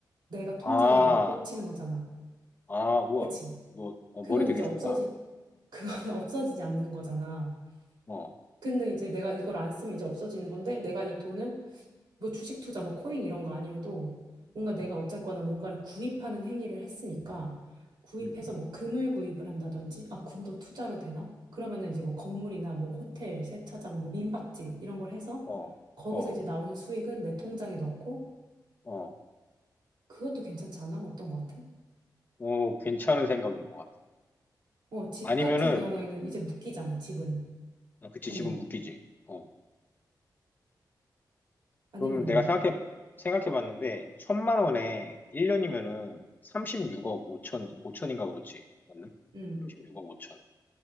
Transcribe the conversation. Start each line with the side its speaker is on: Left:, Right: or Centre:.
Right: 내가 통장에
Left: 아,
Right: 꽂히는 거잖아.
Left: 아, 우와.
Right: 그치?
Left: 너, 어,
Right: 그건
Left: 머리 되게
Right: 이제 없어지
Left: 좋다.
Right: 그거는 <laughs> 없어지지 않는 거잖아.
Left: 어,
Right: 근데 이제 내가 이걸 안 쓰면 이제 없어지는 건데 내가 이 돈을 뭐 주식 투자 뭐 코인 이런 거 아니어도 뭔가 내가
Left: 음,
Right: 어쨌거나 뭔가를 구입하는 행위를 했으니까 구입해서
Left: 음.
Right: 뭐 금을 구입을 한다든지 아 금도 투자로 되나? 그러면은 이제 뭐 건물이나 뭐 호텔, 세차장, 뭐 민박집 이런 걸 해서
Left: 어,
Right: 거기서
Left: 어,
Right: 이제 나오는 수익은 내 통장에 넣고
Left: 어,
Right: 그것도 괜찮지 않아? 어떤 거 같아?
Left: 어, 괜찮은 생각인 것 같아.
Right: 어, 집
Left: 아니면은,
Right: 같은 경우에는 이제 묶이잖아, 집은.
Left: 아, 그치,
Right: 돈이.
Left: 집은 묶이지. 어.
Right: 아니면은
Left: 그러면 내가
Right: 뭐.
Left: 생각해, 생각해봤는데, 천만 원에 1년이면은 36억 5천, 오천인가 그렇지. 맞나?
Right: 음.
Left: 십육억 오천